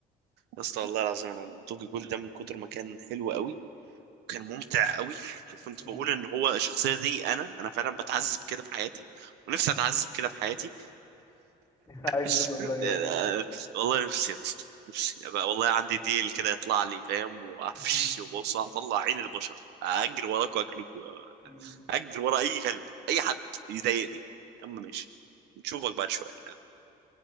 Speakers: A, on the right (about 85°); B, on the left (about 15°).
A: يا اسطى والله العظيم انا توكي جول ده من كتر ما كان حلو قوي وكان ممتع قوي وكنت
B: مم.
A: بقول ان هو الشخصيه دي انا انا فعلا بتعذب كده في حياتي ونفسي اتعذب كده في حياتي
B: <laughs>
A: <laughs>
B: عايز تبقى زيه
A: والله نفسي يا اسطى نفسي أبقى والله عندي ديل كده يطلع لي فاهم وعفش
B: ها؟
A: وبص هطلع عين البشر اجري وراك واكلكوا
B: <laughs>
A: اجري ورا اي كلب اي حد يضايقني يا عم ماشي نشوفك بعد شويه